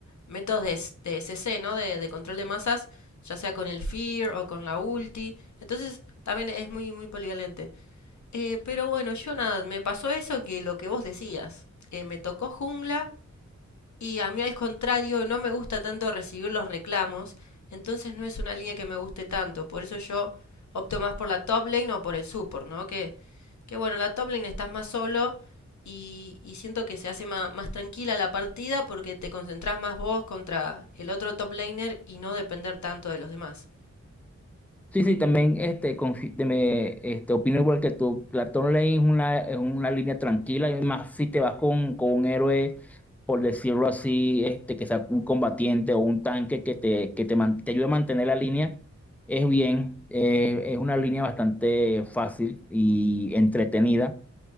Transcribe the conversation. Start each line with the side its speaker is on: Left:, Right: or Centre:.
Left: métodos de, s- de CC, ¿no? De, de control de masas, ya sea con el Fear o con la ulti. Entonces, también es muy, muy polivalente. Eh, pero bueno, yo nada, me pasó eso que lo que vos decías. Eh, me tocó jungla y a mí al contrario, no me gusta tanto recibir los reclamos, entonces no es una línea que me guste tanto, por eso yo opto más por la top lane o por el support, ¿no? Que, que bueno, la top lane estás más solo y, y siento que se hace más más, tranquila la partida porque te concentrás más vos contra el otro top laner y no depender tanto de los demás.
Centre: Sí, sí, también este, confi- te me, este, opino igual que tú. la Claton Lane es una, es una línea tranquila, y más si te vas con, con un héroe, por decirlo así, este, que sea un combatiente o un tanque que te, que te, man- te ayude a mantener la línea, es bien, eh, es una línea bastante fácil y entretenida.